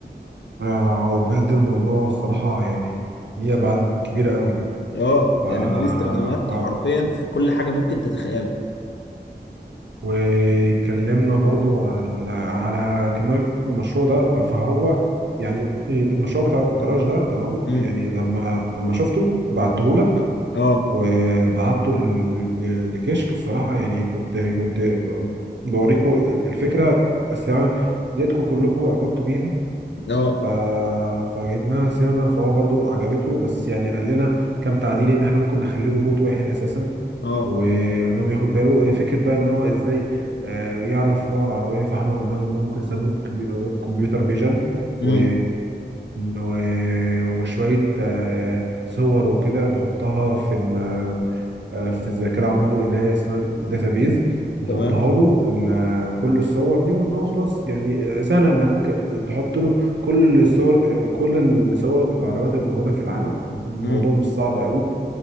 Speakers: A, on the right (about 80°); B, on the left (about 85°).
A: آه، بجد الموضوع الصراحة يعني ليه أبعاد كبيرة قوي
B: اه
A: ف
B: يعني هو ليه استخدامات
A: اه
B: حرفيا في كل حاجة ممكن تتخيلها
A: واتكلمنا برضو على ال... على كمان المشروع ده فهو يعني المشروع بتاع الجراج ده تمام
B: امم
A: يعني لما لما شفته بعته لك
B: اه
A: وبعته ل- لكشك الصراحة يعني كنت كنت بوريكم الفكرة الساعة لقيتكم كلكم أعجبتوا بيها
B: اه
A: ف... فجبناها سيرنا فهو برضو عجبته بس يعني قال لنا كام تعديل ان احنا ممكن نخليه روبوت واحد اساسا
B: اه
A: وان هو ياخد باله آه، فكره بقى ان هو ازاي آه، يعرف نوع العربيه فاحنا قلنا له ان هو ممكن يستخدم الكمبي- الكمبيوتر فيجن
B: امم
A: و... و... وشويه آه، صور وكده نحطها في ال... آه، في الذاكره عنده اللي هي اسمها الداتابيز نحطها
B: تمام
A: له ال- كل الصور دي وان هو خلاص يعني آه، سهل انك تحط له كل الصور كل الصور العربيات اللي موجوده في العالم الموضوع
B: امم
A: مش صعب قوي